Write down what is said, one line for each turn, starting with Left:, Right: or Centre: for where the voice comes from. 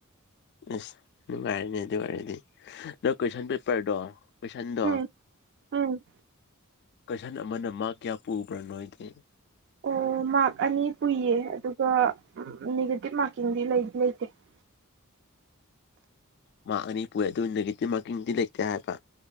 Left: ꯑꯁ ꯅꯨꯡꯉꯥꯏꯔꯅꯦ ꯑꯗꯨ ꯑꯣꯏꯔꯗꯤ ꯑꯗꯣ ꯀꯣꯏꯁꯟ ꯄꯦꯄꯔꯗꯣ ꯀꯣꯏꯁꯟꯗꯣ
Right: ꯎꯝ ꯎꯝ
Left: ꯀꯣꯏꯁꯟ ꯑꯃꯅ ꯃꯥꯔꯛ ꯀꯌꯥ ꯄꯨꯕ꯭ꯔ ꯅꯣꯏꯒꯤ
Right: ꯑꯣ ꯃꯥꯔꯛ ꯑꯅꯤ ꯄꯨꯏꯌꯦ ꯑꯗꯨꯒ ꯅꯦꯒꯦꯇꯤꯞ ꯃꯥꯔꯀꯤꯡꯗꯤ ꯂꯩꯗꯤ ꯂꯩꯇꯦ <unintelligible>
Left: ꯃꯥꯔꯛ ꯑꯅꯤ ꯄꯨꯌꯦ ꯑꯗꯨ ꯅꯦꯒꯦꯇꯤꯚ ꯃꯥꯔꯛꯀꯤꯡꯗꯤ ꯂꯩꯇꯦ ꯍꯥꯏꯕ